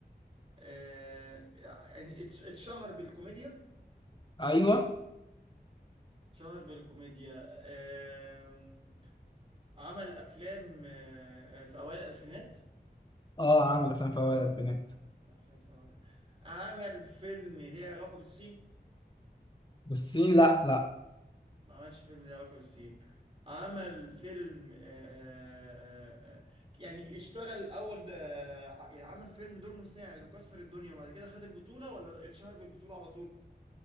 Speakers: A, on the right (about 35°); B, on the left (about 25°).
A: آه يعني اتش- اتشهر بالكوميديا
B: ايوه
A: شهر بالكوميديا آم، عمل افلام آه، في اوائل الالفينات
B: اه عمل افلام فوائد البنات
A: عمل افلام في اوائل عمل فيلم ليه علاقة بالصين
B: بالصين لا لا
A: ما عملش فيلم ليه علاقة بالصين عمل فيلم آه، آه، آه، آه، يعني اشتغل الاول ده آه، يعني عمل فيلم دور مساعد وكسر الدنيا وبعد كده خد البطولة ولا اتشهر بالبطولة على طول